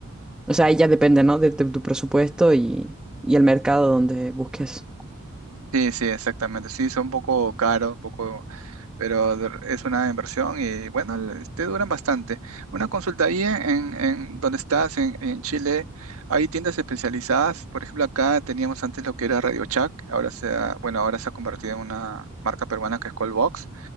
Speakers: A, in the centre; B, on the right (about 85°).
A: o sea, ahí ya depende, ¿no? De, tu tu presupuesto y, y el mercado donde busques.
B: Sí, sí, exactamente. Sí, son un poco caros, un poco, pero de- es una inversión y bueno, le- te duran bastante. Una consulta ahí en, en donde estás, en, en Chile, hay tiendas especializadas. Por ejemplo, acá teníamos antes lo que era Radio Shack, ahora se ha, bueno, ahora se ha convertido en una marca peruana que es Callbox.